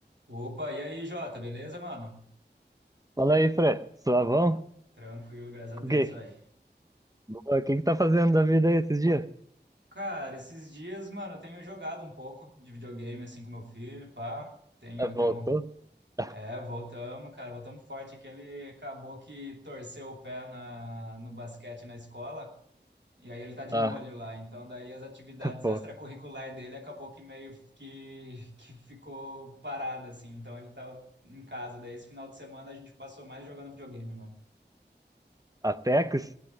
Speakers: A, on the right (about 85°); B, on the right (about 20°).
A: Opa, e aí, Jota, beleza, mano?
B: Fala aí, Fred. Suavão?
A: Tranquilo, graças a Deus,
B: O que?
A: velho.
B: O que que tá fazendo da vida aí esses dias?
A: Cara, esses dias, mano, eu tenho jogado um pouco de videogame, assim, com meu filho, pá. Tenho,
B: Ah, voltou?
A: tamo,
B: <laughs>
A: é, voltamos, cara, voltamos forte, que ele acabou que torceu o pé na, no basquete na escola, e aí ele tá de
B: Ah,
A: molho lá. Então, daí as atividades
B: pô.
A: extracurriculares dele acabou que meio que, que ficou parada, assim. Então, ele tá em casa. Daí, esse final de semana, a gente passou mais jogando videogame, mano.
B: Apex?